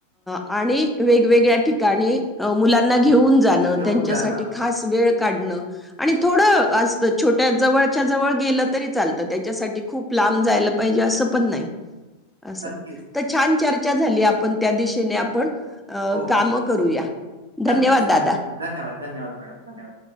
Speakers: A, in the centre; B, on the right.
A: आणि वेगवेगळ्या ठिकाणी अ मुलांना घेऊन जाण
B: घेऊन
A: त्यांच्यासाठी
B: जाणं
A: खास वेळ काढणं आणि थोडं असतं छोट्या जवळच्या जवळ गेलं तरी चालतं त्याच्यासाठी खूप लांब लांब जायला पाहिजे असं पण नाही. असं
B: नक्कीच
A: तर छान चर्चा झाली. आपण त्या दिशेने आपण अ
B: हो
A: काम करूया. धन्यवाद
B: नक्कीच
A: दादा.
B: नक्कीच मॅ धन्यवाद धन्यवाद मॅडम धन्यवाद.